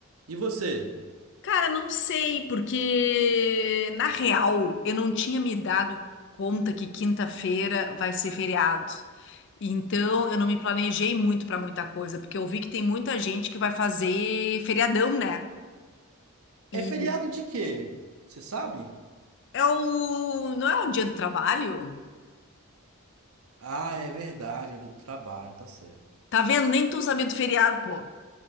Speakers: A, on the right; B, on the left.
A: E você?
B: Cara, não sei, porque na real eu não tinha me dado conta que quinta-feira vai ser feriado. Então eu não me planejei muito pra muita coisa, porque eu vi que tem muita gente que vai fazer feriadão, né? E
A: É feriado de quê? Você sabe?
B: é o... não é o dia do trabalho?
A: Ah, é verdade, é o dia do trabalho, tá certo. <laughs>
B: Tá vendo? Nem tô sabendo do feriado, pô.